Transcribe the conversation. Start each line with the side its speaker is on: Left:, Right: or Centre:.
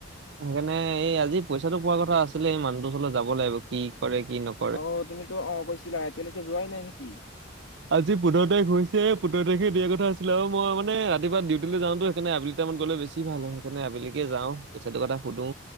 Right: সেইকাৰণে এই আজি পইচাটো পোৱাৰ কথা আছিলে এই মানুহটোৰ ওচৰলে যাব লাগিব কি কৰে কি নকৰে।
Left: অ তুমিতো অ কৈছিলা এতিয়ালৈকে যোৱাই নাই নিকি?
Right: আজি পোন্ধৰ তাৰিখ হৈছেহে পোন্ধৰ তাৰিখে দিয়া কথা আছিলে আৰু মই মানে ৰাতিপোৱা ডিউটিলৈ যাওঁতো সেইকাৰণে আবেলি আবেলি টাইমত গ'লে বেছি ভাল হয়, সেইকাৰণে আবেলিকে যাওঁ পইচাটো কথা সুধো